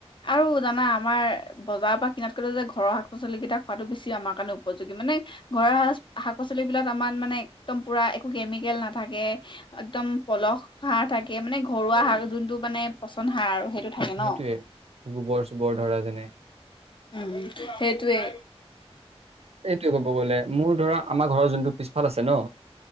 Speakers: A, on the left; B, on the right.
A: আৰু জানা আমাৰ বজাৰৰ পৰা কিনাতকো যে ঘৰৰ শাক- পাচলি কেইটা খোৱাটো বেছি আমাৰ কাৰণে উপযোগী মানে ঘৰৰ শাচ শাক -পাচলি বিলাক আমাৰ মানে একদম পুৰা একো কেমিকেল নাথাকে। একদম পলস সাৰ থাকে মানে ঘৰুৱা সাৰ যোনটো, মানে পচন সাৰ আৰু সেইটো থাকে ন
B: সেইটোৱে গোবৰ -চোবৰ ধৰা যেনে
A: উম সেইটোৱে।
B: এইটোৱে, ক'ব গলে মোৰ ধৰা আমাৰ ঘৰ যোনটো, পিছফাল আছে ন-